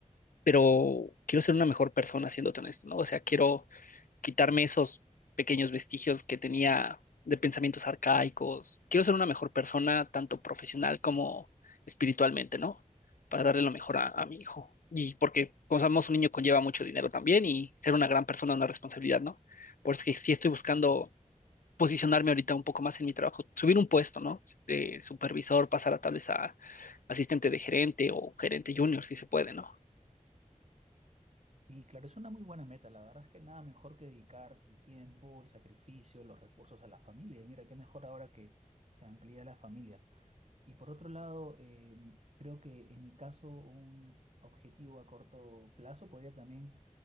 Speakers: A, on the left; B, on the right.
A: pero quiero ser una mejor persona, siéndote honesto, ¿no? O sea, quiero quitarme esos pequeños vestigios que tenía de pensamientos arcaicos. Quiero ser una mejor persona, tanto profesional como espiritualmente, ¿no? Para darle lo mejor a, a mi hijo. Y porque, como sabemos, un niño conlleva mucho dinero también y ser una gran persona es una responsabilidad, ¿no? Por eso que sí estoy buscando posicionarme ahorita un poco más en mi trabajo, subir un puesto, ¿no? De supervisor, pasar a tal vez a asistente de gerente o gerente junior, si se puede, ¿no?
B: Y claro, es una muy buena meta, la verdad es que nada mejor que dedicar el tiempo, el sacrificio, los recursos a la familia. Y mira, qué mejor ahora que se amplía la familia. Y por otro lado, eh, creo que en mi caso un objetivo a corto plazo podría también